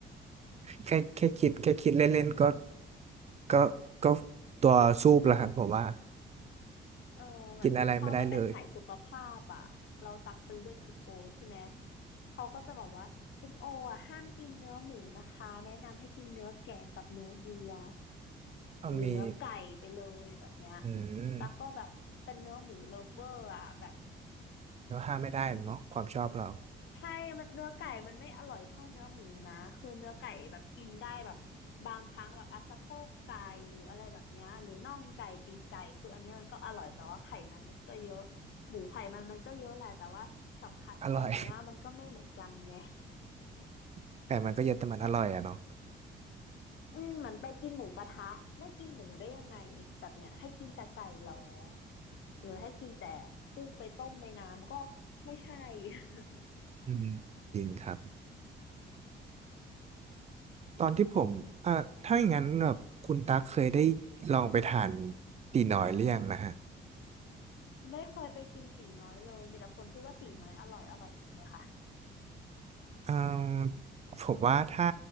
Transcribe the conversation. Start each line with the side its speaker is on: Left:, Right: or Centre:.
Right: แค่แค่คิดแค่คิดเล่นๆก็ก็ก็ตัวซูบแล้วครับผมว่า
Left: เออเหมือนพอมันเป็นฉายสุขภาพอ่ะเราตักเป็นเลือดกรุ๊ปโอใช่ไหม
Right: กินอะไรไม่ได้เลย
Left: เขาก็จะบอกว่ากรุ๊ปโออ่ะห้ามกินเนื้อหมูนะคะแนะนำให้กินเนื้อแกะกับเนื้อวัว
Right: เอามี
Left: หรือเนื้อไก่ไปเลยแบบเนี้ย
Right: อืม
Left: ตักก็แบบเป็นเนื้อหมูเล v ฟเวอร์อ่ะแบบ
Right: แล้วห้ามไม่ได้เนาะความชอบเรา
Left: เหมัน ใช่มันเนื้อไก่มันไม่อร่อยเท่าเนื้อหมูนะคือเนื้อไก่แบบกินได้แบบบางครั้งแบบอ่ะสะโพกไก่หรืออะไรแบบเนี้ยหรือน่องไก่ปีกไก่คืออันเนี้ยมันก็อร่อยแต่ว่าไขมันมันก็เยอะหมูไขมันมันก็เยอะแหละแต่ว่าสัมผัสของเนื้อมันก็ไม่เหมือนกันไง
Right: อร่อย <laughs> แต่มันก็เยอะแต่มันอร่อยอะเนาะ
Left: อืมเหมือนไปกินหมูกระทะไม่กินหมูได้ยังไงแบบเนี้ยให้กินแต่ไก่เหรอหรือให้กินแต่กุ้งไปต้มในน้ำก็ไม่ใช่ <laughs>
Right: อืมจริงครับตอนที่ผมอ่าถ้าอย่างนั้นแบบคุณตั๊กเคยได้
Left: อืม
Right: ลองไปทานตีน้อยหรือยังนะฮะ
Left: ไม่เคยไปกินตี๋น้อยเลยมีแต่คนพูดว่าตี๋น้อยอร่อยอร่อยจริงไหมคะ
Right: เอ่อผมว่าถ้า